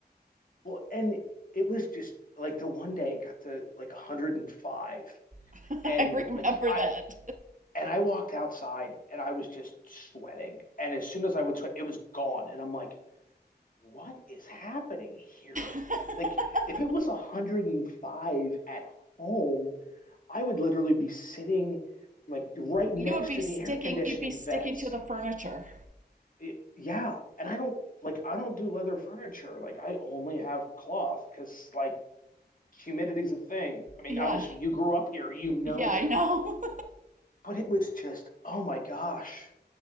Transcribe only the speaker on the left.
Well, and it was just like the one day it got to like 105
and
like I
and I walked outside and I was just sweating. And as soon as I would sweat, it was gone. And I'm like, what is happening here?
Like if it was 105 at home, I would literally be sitting like right next
to
the air conditioning
vents.
Y- Yeah, and I don't like I don't do leather furniture. Like I only have cloth because like humidity's a thing. I mean,
obviously, you grew up here, you know
it.
But it was just, oh my gosh,